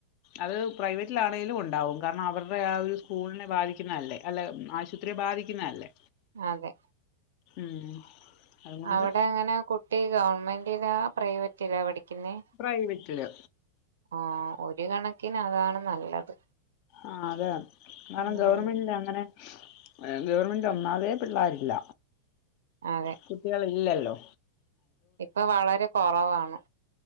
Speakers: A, on the left; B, on the right.
A: അത് പ്രൈവറ്റിലാണെങ്കിലും ഉണ്ടാവും കാരണം അവരുടെ ആ ഒരു സ്കൂളിനെ ബാധിക്കുന്നതല്ലേ അല്ല ആശു ഒത്തിരി ബാധിക്കുന്നതല്ലേ.
B: അതെ
A: ഉം അതുകൊണ്ട്
B: അവിടെ എങ്ങനെ കുട്ടി ഗവണ്മെന്റിലാ പ്രൈവറ്റിലാ പഠിക്കുന്നേ?
A: പ്രൈവറ്റില്
B: ആ ഒരു കണക്കിന് അതാണ് നല്ലത്.
A: ആ അതെ കാരണം കാരണം
B: ഉം
A: ഗവൺമെന്റില് അങ്ങനെ. ഗവണ്മെന്റ് ഒന്നാമതെ പിള്ളേരില്ല.
B: അതെ
A: കുട്ടികൾ ഇല്ലല്ലോ.
B: ഇപ്പൊ വളരെ കുറവാണ്.